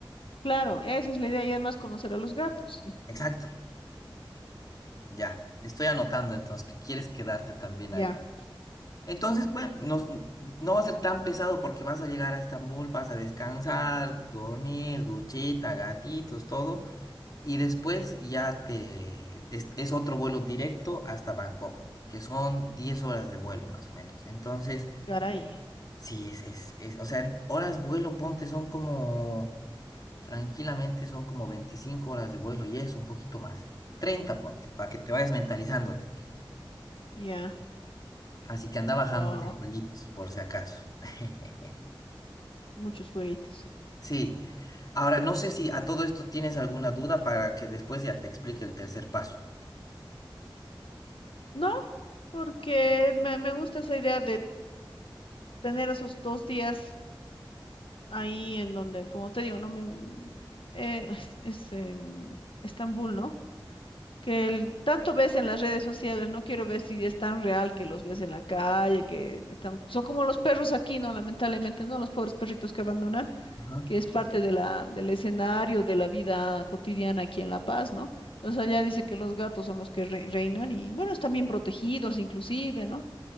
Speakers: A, on the left; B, on the left.
A: claro, esa es la idea y además conocer a los gatos.
B: Exacto, ya. Estoy anotando entonces que quieres quedarte también
A: Ya,
B: ahí. Entonces, bueno, nos- no va a ser tan pesado porque vas a llegar a Estambul, vas a descansar, dormir, duchita, gatitos, todo. Y después ya te... Es, es otro vuelo directo hasta Bangkok, que son 10 horas de vuelo más o menos. Entonces...
A: caray,
B: Sí, es, es, es, o sea, en horas vuelo, ponte, son como, tranquilamente son como 25 horas de vuelo y es un poquito más. treinta ponte, para que te vayas mentalizando, te digo.
A: ya,
B: Así que anda bajándote
A: wow,
B: el jueguitos, por si acaso. <laughs>
A: muchos juguetes.
B: Sí. Ahora, no sé si a todo esto tienes alguna duda para que después ya te explique el tercer paso.
A: No, porque me, me gusta esa idea de tener esos dos días ahí en donde, como te digo, no me mm, eh, <laughs> es, es, em, Estambul, ¿no? Que el- tanto ves en las redes sociales, no quiero ver si es tan real que los ves en la calle, que están, son como los perros aquí, ¿no? Lamentablemente, ¿no? Los pobres perritos que abandonan,
B: Ajá.
A: que es parte de la, del escenario de la vida cotidiana aquí en La Paz, ¿no? Entonces allá dice que los gatos son los que re- reinan y bueno, están bien protegidos inclusive, ¿no?